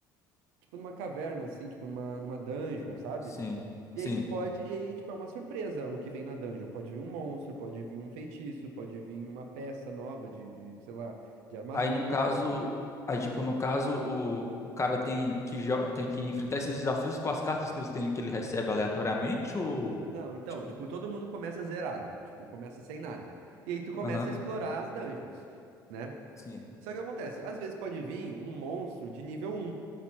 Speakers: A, on the right; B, on the left.
A: Tipo, numa caverna, assim, tipo, numa, numa dungeon, sabe?
B: Sim,
A: E
B: sim.
A: aí tu pode. E aí, tipo, é uma surpresa o que vem na dungeon. Pode vir um monstro, pode vir um feitiço, pode vir uma peça nova de, de sei lá, de armadura.
B: Aí, no caso... Aí, tipo, no caso, o, o cara tem que, jo- tem que enfrentar esses desafios com as cartas que ele tem, que ele recebe aleatoriamente, ou...
A: Não, então,
B: Tipo,
A: tipo, todo mundo começa zerado, tipo, começa sem nada. E aí tu começa
B: aham,
A: a explorar as dungeons, né?
B: sim.
A: Só que acontece, às vezes pode vir um monstro de nível um.